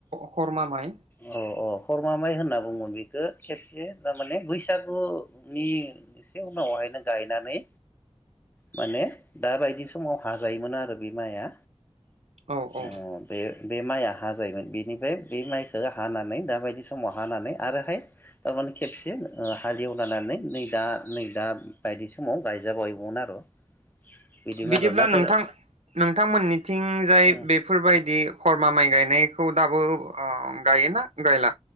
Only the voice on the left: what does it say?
अह अह खरमा माइ होनना बुङोमोन बेखौ खेबसे थारमाने बैसागुनि एसे उनावहायनो गायनानै माने दा बायदि समाव हाजायोमोन आरो बि माया
ओ दे बे माइया हाजायोमोन बेनिफ्राय बे माइखौ हानानै दा बायदि समाव हानानै आरोहाय थारमाने खेबसे ओ हालेवलानानै नै दा नै दा बायदि समाव गायजाबावायगौमोन आरो बिदिमोन
आरो नाथाय
ओ